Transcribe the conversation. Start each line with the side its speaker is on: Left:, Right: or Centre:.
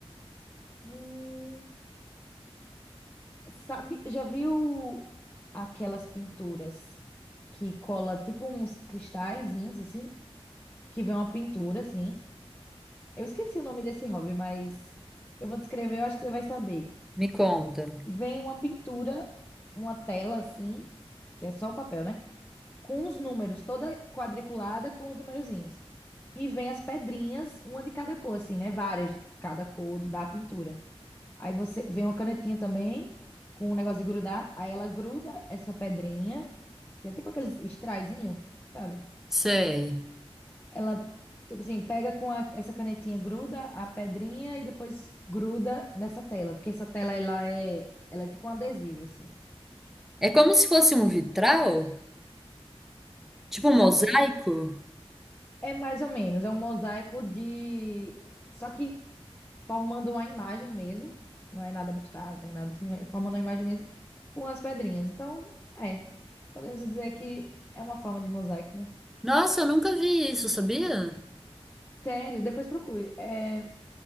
Left: um Sabe, já viu aquelas pinturas que cola tipo uns cristalzinhos assim, que vem uma pintura assim? Eu esqueci o nome desse hobby, mas eu vou descrever, eu acho que você vai saber.
Centre: Me conta.
Left: Vem uma pintura, uma tela assim, que é só o papel, né? Com os números, toda quadriculada com os numerozinhos. E vem as pedrinhas, uma de cada cor assim, né? Várias de cada cor da pintura. Aí você vem uma canetinha também, com um negócio de grudar. Aí ela gruda essa pedrinha, que é tipo aqueles extraizinho, sabe?
Centre: Sei.
Left: Ela, tipo assim, pega com a- essa canetinha, gruda a pedrinha e depois gruda nessa tela. Porque essa tela, ela é, ela é tipo um adesivo, assim.
Centre: É como se fosse um vitral? Tipo um
Left: Não
Centre: mosaico?
Left: fica- É mais ou menos, é um mosaico de. Só que formando uma imagem mesmo, não é nada abstrato, nem nada assim, é formando uma imagem mesmo com as pedrinhas. Então, é, podemos dizer que é uma forma de mosaico, né?
Centre: Nossa, eu nunca vi isso, sabia?
Left: Sério, depois procure. É,